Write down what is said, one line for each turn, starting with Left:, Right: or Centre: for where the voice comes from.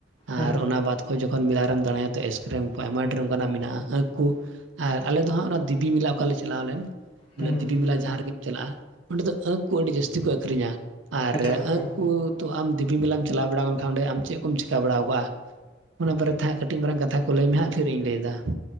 Right: ᱟᱨ
Left: ᱦᱩᱸ
Right: ᱚᱱᱟ ᱵᱟᱫ ᱠᱷᱚᱡ ᱡᱚᱠᱷᱚᱱ ᱢᱮᱞᱟ ᱨᱮᱢ ᱫᱟᱬᱟᱭᱟ ᱛᱚ ᱮᱥᱠᱨᱮᱢ ᱠᱚ ᱟᱭᱢᱟ ᱰᱷᱮᱨ ᱚᱠᱟᱱᱟᱜ ᱢᱮᱱᱟᱜᱼᱟ, ᱟᱺᱠ ᱠᱩ ᱟᱨ ᱟᱞᱮ ᱫᱚ ᱦᱟᱸᱜ ᱚᱱᱟ ᱫᱮᱵᱤ ᱢᱮᱞᱟ ᱚᱠᱟ ᱞᱮ ᱪᱟᱞᱟᱣ ᱞᱮᱱ ᱵᱚᱞᱮ
Left: ᱦᱩᱸ
Right: ᱫᱮᱵᱤ ᱢᱮᱞᱟ ᱡᱟᱦᱟᱸ ᱨᱮᱜᱮᱢ ᱪᱟᱞᱟᱜᱼᱟ, ᱚᱸᱰᱮ ᱫᱚ ᱟᱺᱠ ᱠᱩ ᱟᱹᱰᱤ ᱡᱟᱹᱥᱛᱤ ᱠᱚ ᱟᱠᱷᱨᱤᱧᱟ, ᱟᱨ
Left: ᱮᱠᱟᱞ ᱮᱠᱟᱞ
Right: ᱟᱸᱠ ᱠᱩ ᱛᱚ ᱟᱢ ᱫᱮᱵᱤ ᱢᱮᱞᱟᱢ ᱪᱟᱞᱟᱣ ᱵᱟᱲᱟᱣ ᱠᱟᱢ ᱠᱷᱟᱱ ᱚᱸᱰᱮ ᱟᱢ ᱪᱮᱫ ᱠᱚᱢ ᱪᱤᱠᱟ ᱵᱟᱲᱟᱣ ᱠᱟᱜᱼᱟ᱾ ᱚᱱᱟ ᱵᱟᱨᱮ ᱛᱮᱦᱟᱸᱜ ᱠᱟᱹ ᱢᱟᱨᱟᱝ ᱠᱟᱛᱷᱟ ᱠᱚ ᱞᱟᱹᱭ ᱢᱮ ᱦᱟᱸᱜ ᱯᱷᱤᱨ ᱤᱧ ᱞᱟᱹᱭᱮᱫᱟ᱾